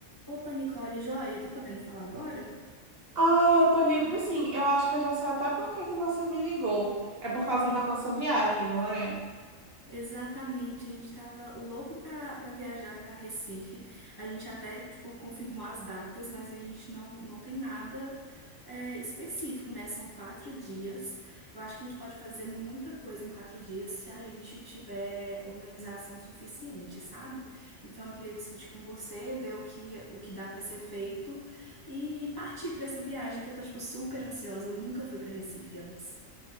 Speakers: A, on the left; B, on the right.
A: Opa, Nicole, joia, tá podendo falar agora?
B: Ah, eu tô livre sim. Eu acho que eu já sei até por que que você me ligou. É por causa
A: <laughs>
B: da nossa viagem, não é?
A: Exatamente, a gente tava louco pra, pra viajar pra Recife. A gente até, tipo, confirmou as datas, mas a gente não, não tem nada é, específico, né? São quatro dias. Eu acho que a gente pode fazer muita coisa em quatro dias se a gente tiver organização suficiente, sabe? Então eu queria discutir com você, ver o que, o que dá pra ser feito e partir pra essa viagem que eu tô, tipo, super ansiosa. Eu nunca fui pra Recife antes.